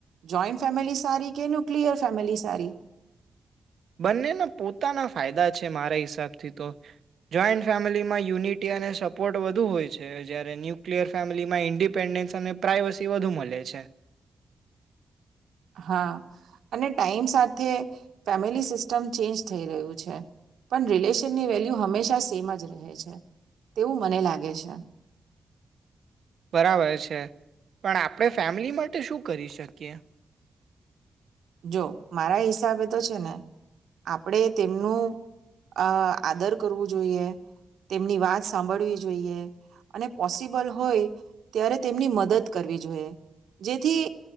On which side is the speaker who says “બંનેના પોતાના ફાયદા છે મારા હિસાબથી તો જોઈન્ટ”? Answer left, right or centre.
Right